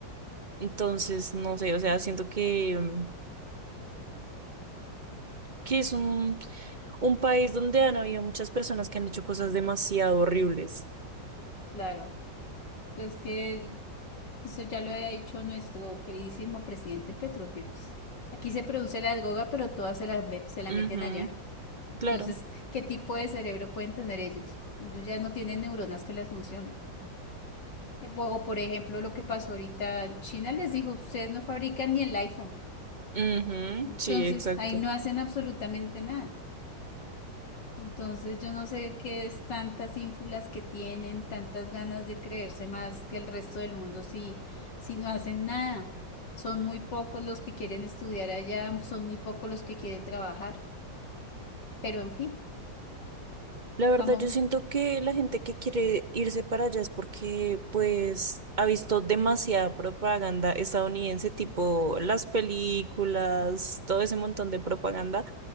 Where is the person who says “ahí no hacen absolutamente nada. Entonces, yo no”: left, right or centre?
Left